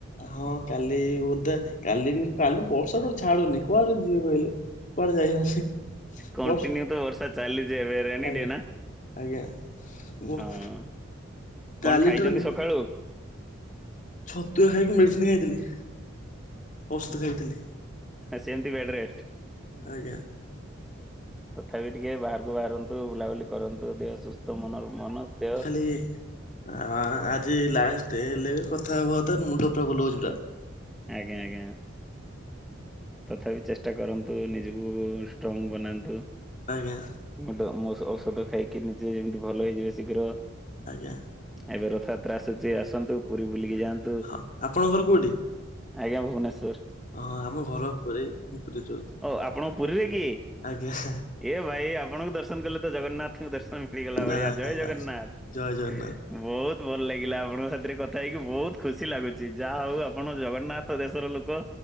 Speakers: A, on the left (about 40°); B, in the centre.
A: ହଁ କାଲି ଓଦା, କାଲି ବି କାଲି ବର୍ଷା ତ ଛାଡୁନି, କୁଆଡେ ଯିବି କହିଲେ? କୁଆଡେ ଯାଇ ହଉନି
B: କଣ୍ଟିନ୍ୟୁ
A: ବର୍ଷ
B: ତ ବର୍ଷା ଚାଲିଛି ଏବେ, ରେନି
A: ଆଜ୍ଞା
B: ଡେ ନା।
A: ଆଜ୍ଞା। <unintelligible>
B: ହଁ କଣ
A: କାଲିଠାରୁ
B: ଖାଇଚନ୍ତି ସକାଳୁ?
A: ଛତୁଆ ଖାଇକି ମେଡ଼ିସିନ ଖାଇଥିଲି। ଔଷଧ ଖାଇଥିଲି
B: ହେ ସେମତି ବେଡ୍ ରେଷ୍ଟ।
A: ଆଜ୍ଞା।
B: ତଥାବି ଟିକେ ବାହାରକୁ ବାହାରନ୍ତୁ ବୁଲାବୁଲି କରନ୍ତୁ ଦେହ ସୁସ୍ଥ ମନ ର ମନ ଦେହ।
A: ଏ। ଆ ଆଜି ଲାଷ୍ଟେ ହେଲେ ବି କଥା ହବା କଥା ମୁଣ୍ଡ ପୁରା ବୁଲଉଚି ପୁରା।
B: ଆଜ୍ଞା ଆଜ୍ଞା। ତଥାପି ଚେଷ୍ଟା କରନ୍ତୁ ନିଜକୁ ଷ୍ଟ୍ରଙ୍ଗ ବନାନ୍ତୁ।
A: ଆଜ୍ଞା।
B: ମୁଁ ତ ଔଷ ଔଷଧ ଖାଇକି ନିଜେ ଏମତି ଭଲ ହେଇଯିବ ଶୀଘ୍ର।
A: ଆଜ୍ଞା।
B: ଏବେ ରଥଯାତ୍ରା ଆସୁଚି ଆସନ୍ତୁ ପୁରୀ ବୁଲିକି ଯାଆନ୍।
A: ହଁ ଆପଣଙ୍କ ଘର କୋଉଠି?
B: ଆଜ୍ଞା ଭୁବନେଶ୍ଵର।
A: ହଁ ଆମ ଘର ପୁରୀ ମୁଁ ପୁରୀରେ ରହୁଛି।
B: ଓ ଆପଣଙ୍କ ପୁରୀରେ କି?
A: ଆଜ୍ଞା।
B: ଏ ଭାଇ ଆପଣଙ୍କୁ ଦର୍ଶନ କଲେ ତ ଜଗନ୍ନାଥଙ୍କୁ ଦର୍ଶନ ମିଳିଗଲା
A: ନା
B: ଭଳିଆ ଜୟ
A: ନା ନା
B: ଜଗନ୍ନାଥ।
A: ଜୟ ଜଗନ୍ନାଥ।
B: ବହୁତ୍ ଭଲ ଲାଗିଲା ଆପଣଙ୍କ ସାଥିରେ କଥା ହେଇକି ବହୁତ୍ ଖୁସି ଲାଗୁଛି ଯାହା ହଉ ଆପଣ ଜଗନ୍ନାଥ। ଙ୍କ ଦେଶର ଲୋକ